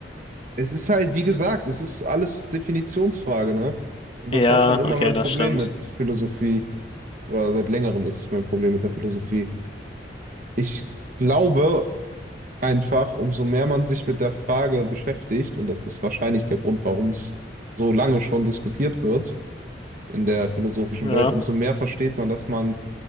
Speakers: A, on the right (about 45°); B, on the left (about 30°).
A: Es ist halt, wie gesagt, es ist alles Definitionsfrage, ne? Und das
B: Ja,
A: war schon immer
B: okay,
A: mein
B: das
A: Problem
B: stimmt.
A: mit Philosophie. oder seit längerem ist es mein Problem mit der Philosophie. Ich glaube einfach, umso mehr man sich mit der Frage beschäftigt, und das ist wahrscheinlich der Grund, warum es so lange schon diskutiert wird in der philosophischen
B: Ja,
A: Welt, umso mehr versteht man, dass man